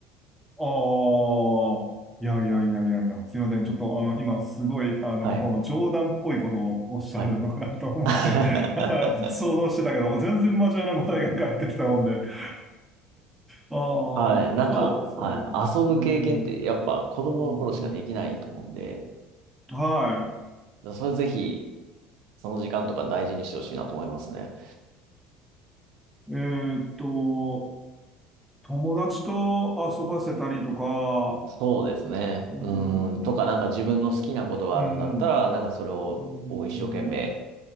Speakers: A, in the centre; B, on the right.
A: ああ、いやいやいやいやいや、すいません。ちょっとあの、今すごい、あの、
B: はい。
A: 冗談っぽいことをおっしゃるのかなと思って、
B: はい。<laughs>
A: <laughs> あの想像してたけど、全然真面目な答えが返ってきたもんで。<laughs> ああ、
B: はい。なんか、
A: そう、そうね。
B: はい。遊ぶ経験ってやっぱ子供の頃しかできないと思うんで、
A: うん、うん、うん。は
B: それぜひ、その時間とか大事にしてほしいなと思いますね。
A: い。えーっと、友達と遊ばせたりとか、
B: そうですね。
A: うん、
B: うん。とか、なんか自分の好きなことがあるんだったら、
A: うん、
B: なんかそれをこう一生懸命
A: うん、